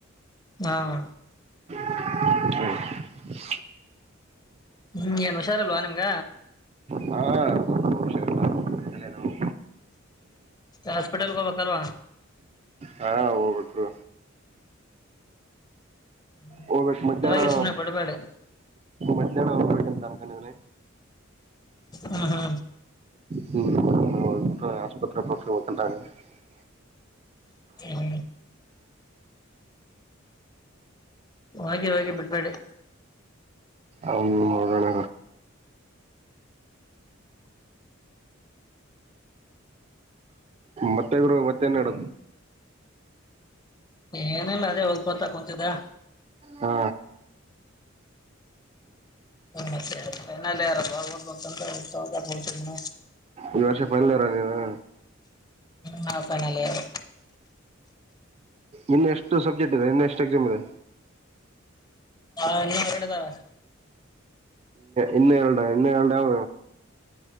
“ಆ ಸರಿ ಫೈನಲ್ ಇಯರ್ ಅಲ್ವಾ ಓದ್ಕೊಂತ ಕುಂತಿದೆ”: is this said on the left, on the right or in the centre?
Left